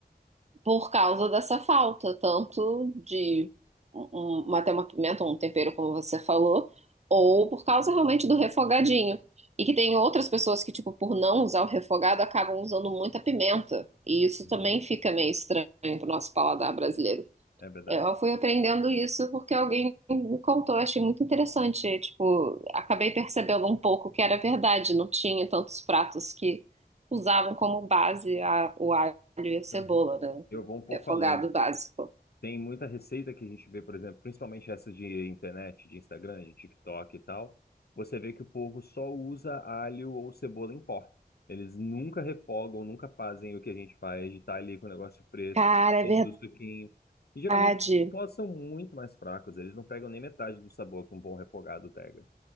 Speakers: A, on the right; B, on the left.
A: por causa dessa falta, tanto de um, um- uma, até uma pimenta, um tempero, como você falou, ou por causa realmente do refogadinho. E que tem outras pessoas que, tipo, por não usar o refogado, acabam usando muita pimenta. E isso
B: Uhum,
A: também fica meio estranho pro nosso paladar brasileiro.
B: é verdade.
A: Eu fui aprendendo isso porque alguém me contou, achei muito interessante. Tipo, acabei percebendo um pouco que era verdade, não tinha tantos pratos que usavam como base a- o alho e a cebola,
B: Uhum.
A: né?
B: Eu
A: O
B: vou um pouco
A: Refogado
B: além.
A: básico.
B: Tem muita receita que a gente vê, por exemplo, principalmente essa de internet, de Instagram, de TikTok e tal. Você vê que o povo só usa alho ou cebola em pó. Eles nunca refogam, nunca fazem o que a gente faz, de estar ali com o negócio fresco,
A: Cara,
B: todo
A: é
B: o suquinho. E geralmente
A: verdade.
B: os pós são muito mais fracos, eles não pegam nem metade do sabor que um bom refogado pega.